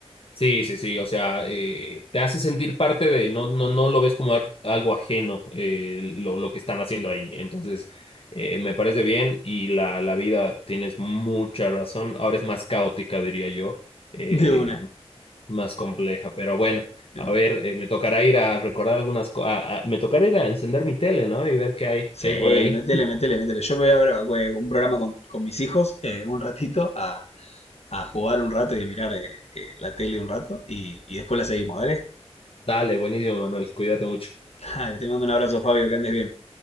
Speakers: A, on the left; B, on the left.
A: Sí, sí, sí, o sea, eh, te hace sentir parte de, no, no, no lo ves como ar- algo ajeno eh, lo, lo que están haciendo ahí. Entonces, eh, me parece bien y la, la vida, tienes mucha razón, ahora es más caótica, diría yo, eh,
B: De una,
A: más compleja, pero bueno,
B: de
A: a
B: una.
A: ver, eh, me tocará ir a recordar algunas cosas, me tocará ir a encender mi tele, ¿no? Y ver qué hay,
B: Sí,
A: qué hay por ahí.
B: métele, métele, métele. Yo me voy a ver un programa con, con mis hijos eh, un ratito a, a jugar un rato y a mirar eh, eh, la tele un rato y, y después la seguimos, ¿vale?
A: Dale, buenísimo, Manuel, cuídate mucho.
B: <laughs> Dale, te mando un abrazo, Fabio, que andes bien.